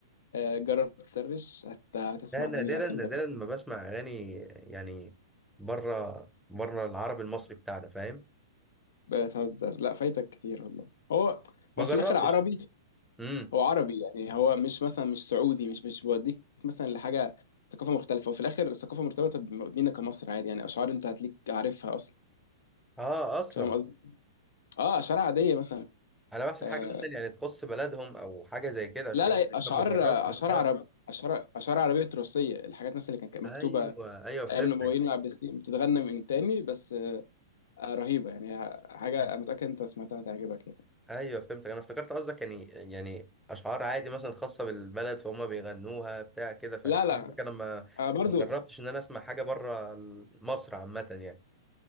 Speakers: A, on the left; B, in the centre.
A: آه جرب تسرش هت... هتسمع
B: لا نادرا
A: أغاني هتنبسط
B: نادرا ما بسمع اغاني يعني بره بره العربي المصري بتاعنا فاهم
A: بتهزر لا فايتك كتير والله هو
B: ما
A: هو
B: جربتش
A: في الاخر عربي
B: امم
A: هو عربي يعني هو مش مثلا مش سعودي مش مش بيوديك مثلا لحاجه ثقافه مختلفه وفي الاخر الثقافه مرتبطه بينا كمصر عادي يعني اشعار انت هتليك عارفها اصلا
B: اه اصلا
A: فاهم قصدي اه اشعار عاديه مثلا
B: انا بحسب
A: آه
B: حاجه مثلا يعني تخص بلدهم او حاجه زي كده عشان
A: لا
B: كده
A: لا اشعار
B: أنا ما جربتش
A: اشعار
B: اه
A: عرب اشعار اشعار عربيه تراثيه الحاجات مثلا اللي كانت
B: ايوه
A: مكتوبه
B: ايوه فهمتك
A: ايام الامويين والعباسيين بتتغنى من تاني بس آه رهيبه يعني حاجه انا متاكد انت سمعتها تعجبك يعني
B: ايوه فهمتك انا افتكرت قصدك يعني يعني اشعار عادي مثلا خاصه بالبلد فهم بيغنوها بتاع كده فعشان
A: لا
B: كده
A: لا
B: بقولك انا ما
A: آه برضو
B: ما جربتش ان انا اسمع حاجه بره مصر عامه يعني